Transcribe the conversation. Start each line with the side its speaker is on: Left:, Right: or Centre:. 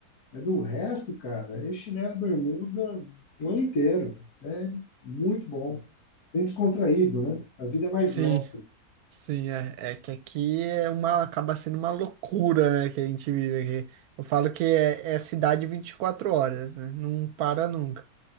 Left: É do resto, cara, é chinelo e bermuda o ano inteiro. É muito bom. Bem descontraído, né? A vida é mais
Right: Sim,
Left: leve.
Right: sim, é, é que aqui é uma, acaba sendo uma loucura, né, que a gente vive aqui. Eu falo que é, é cidade 24 horas, né? Não para nunca.